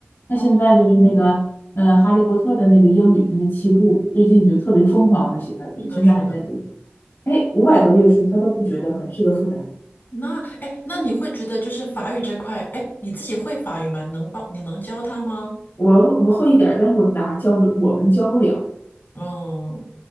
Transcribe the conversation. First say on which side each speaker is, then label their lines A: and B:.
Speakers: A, on the left (about 75°); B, on the left (about 55°).
A: 那现在就是那个呃《哈利波特》的那个英语那个七部，
B: 哦，
A: 最近就特别疯狂的喜欢读，
B: 是的，
A: 现在还在读。
B: 是的。
A: 哎，五百多页书，他都不觉得很是个负担。
B: 那哎，那你会觉得就是法语这块，哎，你自己会法语吗？你能帮你能教他吗？
A: 我我会一点儿，但是我咋教不，我们教不了。
B: 嗯，